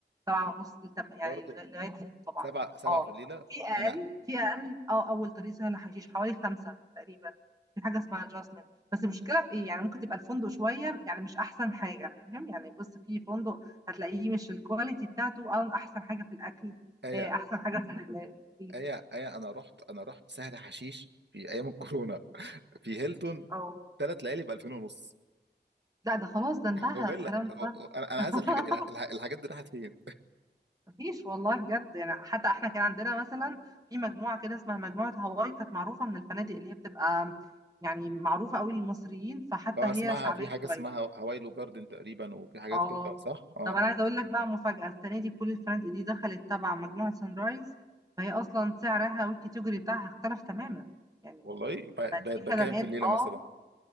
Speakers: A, on the right; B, on the right.
A: سبعة ونص لتم... يعني
B: برضو
A: لغا- لغاية ست طبعا
B: سبعة سبعة
A: اه
B: في الليله
A: في أقل
B: انا
A: في أقل اه أول طريق سهل حشيش حوالي خمسة تقريبا في حاجة اسمها adjustment بس المشكلة في إيه يعني ممكن تبقى الفندق شوية يعني مش أحسن حاجة فاهم يعني بص في فندق هتلاقيه مش الكواليتي بتاعته أه، أحسن حاجة في الأكل
B: ايه
A: آه، أحسن حاجة في ال- <laughs> في-
B: ايا ايا انا رحت انا رحت سهل حشيش في ايام الكورونا في هيلتون
A: اه
B: ثلاث ليالي ب 2000 ونص
A: لا ده خلاص ده انتهى
B: هو الا
A: الكلام
B: هو
A: ده
B: هو- انا أنا
A: <laughs>
B: عايز الحاجات الح- الح- الحاجات دي راحت فين؟
A: مفيش والله بجد يعني حتى احنا كان عندنا مثلا في مجموعه كده اسمها مجموعه هواي كانت معروفه من الفنادق اللي هي بتبقى يعني معروفه قوي للمصريين فحتى
B: اه
A: هي
B: اسمعها
A: شعبيه
B: في حاجه
A: شويه
B: اسمها هوايلو جاردن تقريبا وفي حاجات
A: اه
B: كده صح؟ اه آه.
A: طب انا عايزه اقول لك بقى مفاجاه السنه دي كل الفنادق دي دخلت تبع مجموعه سان رايز فهي اصلا سعرها والكاتيجوري بتاعها اختلف تماما يعني
B: والله ب-
A: بقت
B: بقت
A: في
B: بكام
A: خدمات
B: في الليله
A: اه
B: مثلا؟